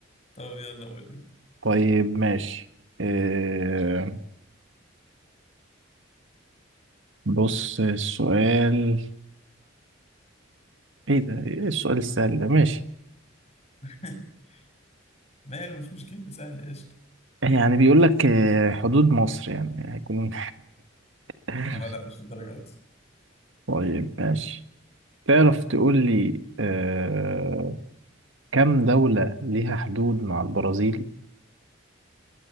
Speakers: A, on the left (about 30°); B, on the right (about 70°).
A: طب يلا قول انت.
B: طيب ماشي آه، بص السؤال ايه ده ايه السؤال السهل ده ماشي
A: <laughs> ماله مش مشكلة سهل قشطة
B: يعني بيقول لك آه، حدود مصر يعني هيكون <laughs>
A: اه لا مش الدرجة دي
B: طيب ماشي تعرف تقول لي آه، كم دولة ليها حدود مع البرازيل